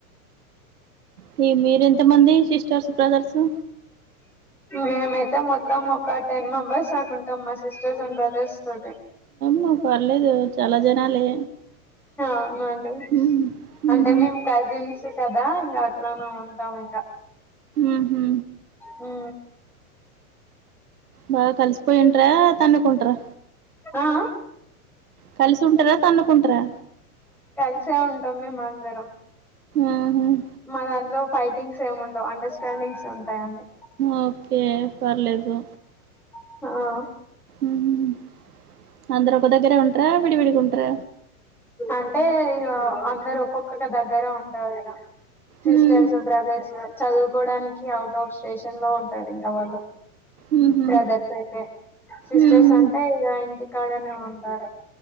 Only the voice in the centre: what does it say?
మేమైతే మొత్తం ఒక టెన్ మెంబర్స్ దాకుంటాం మా సిస్టర్స్ అండ్ బ్రదర్స్ తోటి
అవునండి
అంటే
మేము కజిన్స్ కదా ఇంగట్లానే ఉంటాం ఇంకా
ఉ
ఆ ఆ
కల్సే ఉంటాం మేమందరం
మా దాంట్లో ఫైటింగ్స్ ఏముండవు అండర్స్టాండింగ్స్ ఉంటాయి అన్నీ
ఆ
అంటే ఇగ అందరు ఒక్కొక్కక్క దగ్గర ఉంటారిగా సిస్టర్స్
బ్రదర్స్ చదువుకోవడానికి అవుట్ ఆఫ్ స్టేషన్ లో ఉంటారు ఇంగ వాళ్ళు
బ్రదర్స్ అయితే సిస్టర్స్
అంటే ఇగ ఇంటి కాడనే ఉంటారు